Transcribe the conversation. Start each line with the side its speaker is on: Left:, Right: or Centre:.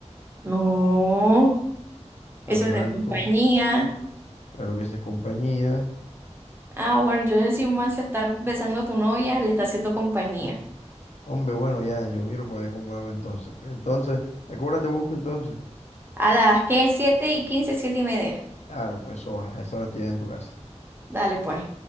Right: No,
Left: ¿Estás
Right: eso
Left: mal
Right: no es compañía.
Left: tú? Claro que sí es compañía.
Right: Ah, bueno, entonces si un man se está besando a tu novia, le está haciendo compañía.
Left: Hombre, bueno, ya, yo miro para ver cómo hago entonces. Pues entonces, ¿a qué hora te busco entonces?
Right: A las que 7 y 15, 7 y media.
Left: Claro, pues eso va, a esa hora estoy ya en tu casa.
Right: Dale, pues.